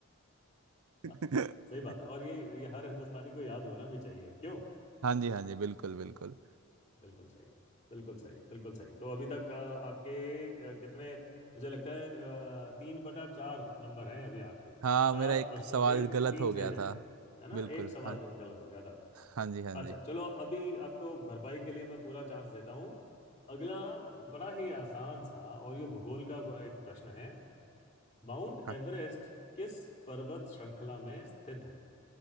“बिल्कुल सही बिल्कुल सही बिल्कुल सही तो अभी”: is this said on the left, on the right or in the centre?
Left